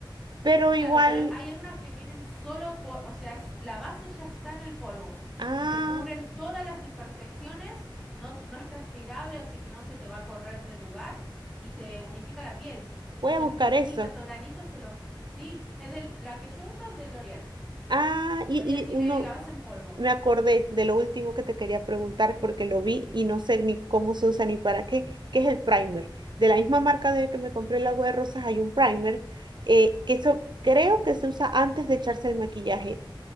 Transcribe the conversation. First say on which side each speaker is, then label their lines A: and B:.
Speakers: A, on the right (about 60°); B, in the centre.
A: Pero
B: claro,
A: igual,
B: pero hay algunas que vienen solo por, o sea, es, la base ya está en el polvo
A: ah,
B: y te cubren todas las imperfecciones, no, no es transpirable, o sea que no se te va a correr del lugar y te unifica la piel. Entonces
A: voy a buscar
B: las manchitas
A: eso.
B: o granitos te los... cu- Sí, es del, la que yo uso es de L'Oreal.
A: Ah,
B: L'Oreal
A: y,
B: tiene
A: y uno,
B: la base en polvo.
A: Me acordé de lo último que te quería preguntar porque lo vi
B: ¿Sí?
A: y no sé ni cómo se usa ni para qué, que es el primer. De la misma marca de que me compré el agua de rosas hay un primer eh, que eso creo que se usa antes de echarse el maquillaje.